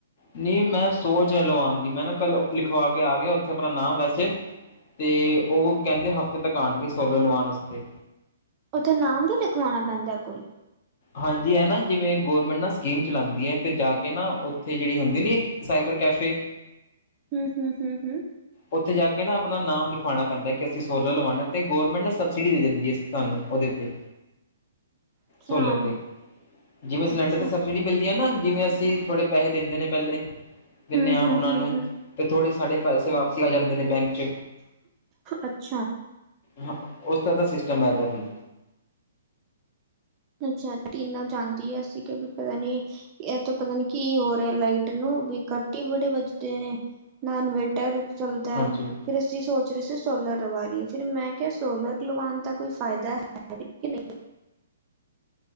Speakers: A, on the left; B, on the right.
A: ਨਹੀਂ ਮੈਂ ਸੋਚ ਰਿਹਾ ਲਵਾਂਦੀ ਮੈਂ ਨਾ ਕੱਲ ਲਿਖਵਾ ਕੇ ਆ ਗਿਆ ਉੱਥੇ ਆਪਣਾ ਨਾਮ ਵੈਸੇ- ਤੇ ਉਹ ਕਹਿੰਦੇ ਹਫ਼ਤੇ ਤੱਕ ਆਣਗੇ ਸੋਲਰ ਲਵਾਨ ਆਸਤੇ।
B: ਉੱਥੇ ਨਾਮ ਵੀ ਲਿਖਵਾਣਾ ਪੈਂਦਾ ਕੋਈ
A: ਹਾਂਜੀ ਇਹ ਨਾ ਜਿਵੇਂ ਗੌਰਮੈਂਟ ਨਾ ਸਕੀਮ ਚਲਾਂਦੀ ਹੈ ਅਤੇ ਜਾ ਕੇ ਨਾ ਉੱਥੇ ਜਿਹੜੀ ਹੁੰਦੀ ਨੀ ਸਾਈਬਰ ਕੈਫੇ
B: ਹਮ ਹਮ ਹਮ ਹਮ
A: ਉੱਥੇ ਜਾ ਕੇ ਨਾ ਆਪਣਾ ਨਾਮ ਲਿਖਾਉਣਾ ਪੈਂਦਾ ਕਿ ਅਸੀਂ ਸੋਲਰ ਲਵਾਉਣਾ ਤੇ ਗੌਰਰਮੈਂਟ ਨਾ ਸਬਸਿਡੀ ਦੇ ਦਿੰਦੀ ਹੈ ਸਾਨੂੰ ਉਹਦੇ ਤੇ
B: ਅੱਛਾ।
A: ਸੋਲਰ ਤੇ ਜਿਵੇਂ ਸਿਲੰਡਰ
B: ਅੱਛਾ,
A: ਤੇ ਸ ਜਿਹੜੀਮਿਲਦੀ ਹੈ ਨਾ ਜਿਵੇਂ ਅਸੀਂ ਥੋੜੇ ਪੈਸੇ ਦੇ ਦੇ ਨੇ ਪਹਿਲੇ ਦਿਨੇ
B: ਹੂੰ-ਹੂੰ,
A: ਹਾਂ ਉਹਨਾਂ
B: ਹੂੰ-ਹੂੰ,
A: ਨੂੰ ਤੇ ਥੋੜੇ ਸਾਡੇ ਪੈਸੇ ਵਾਪਸ। ਦੱਸ ਆ ਜਾਂਦੇ ਨੇ ਬੈਂਕ 'ਚ
B: ਅੱਛਾ।
A: ਹਾਂ ਉਸਦਾ ਤਾਂ ਸਿਸਟਮ ਹੈਗਾ ਵੀ।
B: ਅੱਛਾ ਕੀਨਾ ਜਾਂਦੀ ਹੈ ਅਸੀ ਕਿ ਵੀ ਪਤਾ ਨਹੀਂੀ ਇਹ ਤਾਂ ਪਤਾ ਨੀ ਕੀ ਹੋ ਰਿਹਾ ਲਾਈਟ ਨੂੰ ਵੀ ਕੱਟ ਹੀ ਬੜੇ ਬਜਦੇ ਨੇ ਨਾ ਇਨਵੇਟਰ ਚੱਲਦਾ
A: ਹਾਂਜੀ
B: ਹੈ। ਫਿਰ ਅਸੀਂ ਸੋਚ ਰਹੇ ਸੀ ਸੋਲਰ ਲਵਾ ਲਈਏ ਫਿਰ ਮੈਂ ਕਿਹਾ ਸੋਲਰ ਲਵਾਉਣ ਦਾ ਕੋਈ ਫਾਇਦਾ ਹੈ ਵੀ ਕਿ ਨਹੀਂ